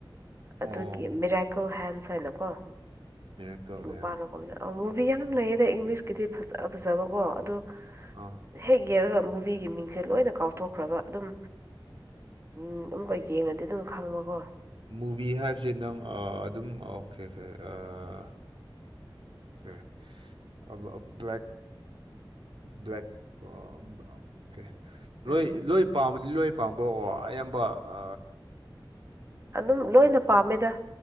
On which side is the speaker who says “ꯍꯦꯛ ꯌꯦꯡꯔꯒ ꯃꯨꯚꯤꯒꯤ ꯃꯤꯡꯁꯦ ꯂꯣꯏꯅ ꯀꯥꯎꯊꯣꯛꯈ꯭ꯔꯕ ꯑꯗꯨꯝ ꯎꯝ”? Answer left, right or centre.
Right